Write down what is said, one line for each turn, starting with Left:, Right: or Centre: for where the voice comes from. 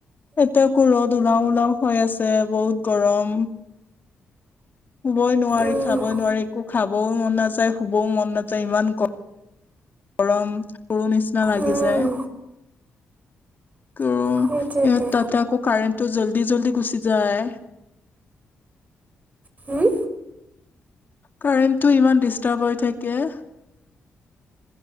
Left: এতিয়া আকৌ ৰ'দ উলাও উলাও হয় আছে, বহুত গৰম। শুবই নোৱাৰি,
Right: উম
Left: খাবই নোৱাৰি, একো খাবও মন নাযায়, শুবও মন নাযায়, ইমান গ গৰম, মৰো নিচিনা লাগি
Right: উম।
Left: যায়। ক,
Right: সেইটোৱেটো
Left: ইয়াত তাতে আকৌ কাৰেণ্টো জল্দি জল্দি গুচি যায়।
Right: হুম।
Left: কাৰেণ্টো ইমান ডিষ্টাৰ্ব হৈ থাকে।